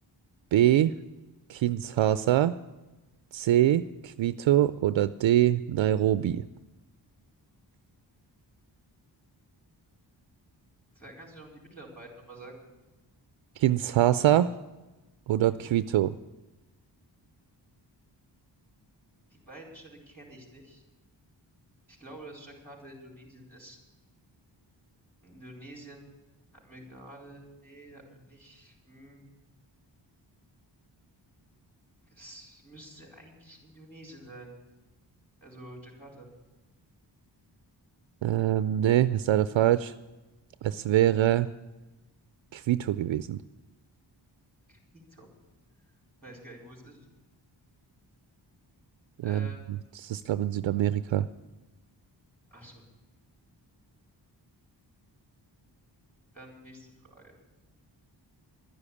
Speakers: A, on the right; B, in the centre.
A: B. Kinshasa, C. Quito oder D. Nairobi?
B: Dann kannst du mir noch die mittleren beiden nochmal sagen.
A: Kinshasa oder
B: Mhm.
A: Quito?
B: Die beiden Städte kenne ich nicht. Ich glaube, dass Jakarta Indonesien ist. Indonesien hat mir gerade. Nee, hat mir nicht. Hm. Es müsste eigentlich Indonesien sein. Also Jakarta.
A: Ähm, nee, ist leider falsch. Es wäre Quito gewesen.
B: <laughs> Weiß gar nicht, wo es ist. Ähm,
A: Ähm, das ist, glaube ich, in Südamerika.
B: ach so, dann nächste Frage.